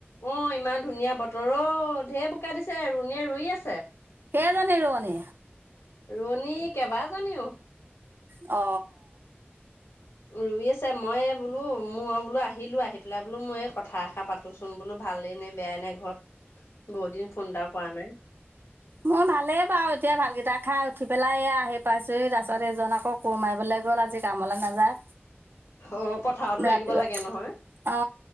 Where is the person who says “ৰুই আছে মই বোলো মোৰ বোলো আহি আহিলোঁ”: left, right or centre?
Left